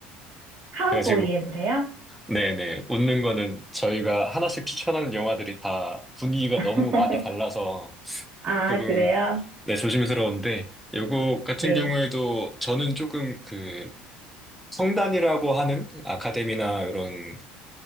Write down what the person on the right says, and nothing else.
카우보이의
노래요?
<laughs>
아,
그래요?
네.